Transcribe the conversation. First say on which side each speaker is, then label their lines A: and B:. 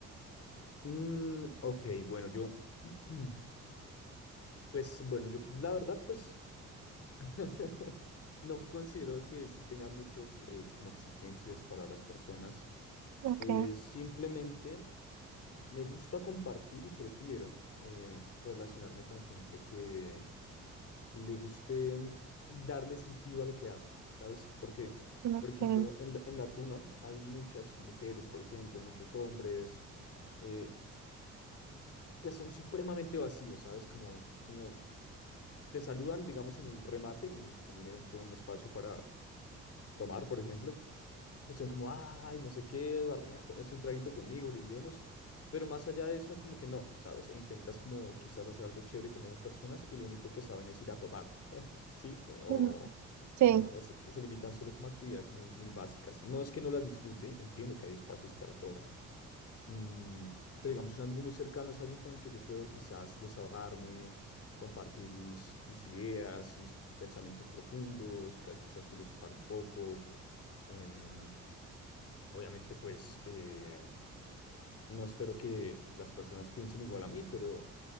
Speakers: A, on the left; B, on the right.
A: Mm, ok, bueno, yo, <clears throat> mm, pues bueno, yo, la verdad, pues <laughs> no considero que se tenga muchos eh, como exigencias para las personas.
B: Ok,
A: Eh, simplemente... Me gusta compartir y prefiero eh, relacionarme con gente que le guste darle sentido a lo que hace, ¿sabes? Porque,
B: ok.
A: por ejemplo, en la, en la tuna hay muchas mujeres, por ejemplo, muchos hombres eh, que son supremamente vacíos, ¿sabes? Como, como te saludan, digamos, en un remate, en un, en un evento, un espacio para tomar, por ejemplo, Estuvieron como, ay, no sé qué, Eduardo, venga, tómese un traguito conmigo, brindemos. Pero más allá de eso, como que no, ¿sabes? E intentas como quizás hacer algo chévere con esas personas y lo único que saben es ir a tomar, ¿sí? Eh, O,
B: ujú.
A: o
B: Sí,
A: no, o se, se limitan solo como a actividades muy, muy básicas. No es que no las disfrute, entiendo que hay espacios para todo. Mm, pero digamos, un amigo muy cercano es alguien con el que yo puedo quizás desahogarme, compartir mis, mis ideas, mis pensamientos profundos, ca- quizás filosofar un poco. em, Obviamente, pues eh, no espero que las personas piensen igual a mí, pero